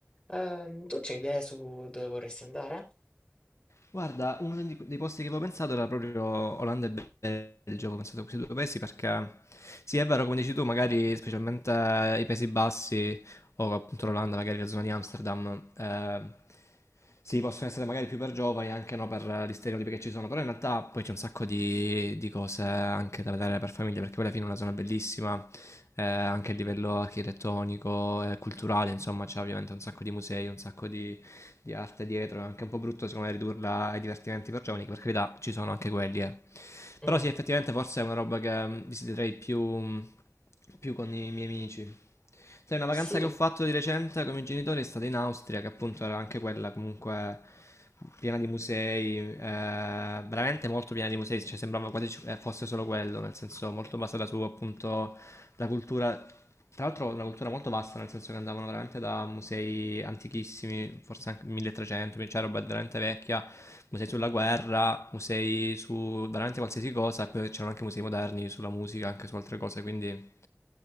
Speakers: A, on the left; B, on the left.
A: Ehm, tu c'hai idee su dove vorresti andare?
B: Guarda, uno di- dei posti che avevo pensato era proprio Olanda e Belgio, avevo pensato a questi due paesi perché sì, è vero, come dici tu, magari specialmente eh, i Paesi Bassi o appunto l'Olanda, magari la zona di Amsterdam, eh, sì, possono essere magari più per giovani, anche no per eh, gli stereotipi che ci sono, però in realtà poi c'è un sacco di, di cose anche da vedere per famiglie, perché poi alla fine è una zona bellissima, eh, anche a livello architettonico e culturale, insomma, c'è ovviamente un sacco di musei, un sacco di di arte dietro, è anche un po' brutto secondo me ridurla ai divertimenti per giovani, che per carità ci sono anche quelli, eh.
A: Mm,
B: Però sì, effettivamente forse è una roba che mm, visiterei più, mm, più con i miei amici. Sai, una vacanza
A: Sì,
B: che ho fatto di recente con i miei genitori è stata in Austria, che appunto era anche quella comunque piena di musei, eh, veramente molto piena di musei, cioè sembrava quasi ci- eh, fosse solo quello, nel senso molto basata su appunto la cultura, tra l'altro una cultura molto vasta, nel senso che andavano veramente da musei antichissimi, forse anche 1300, cioè roba veramente vecchia, musei sulla guerra, musei su veramente qualsiasi cosa, e poi c'erano anche musei moderni sulla musica, anche su altre cose, quindi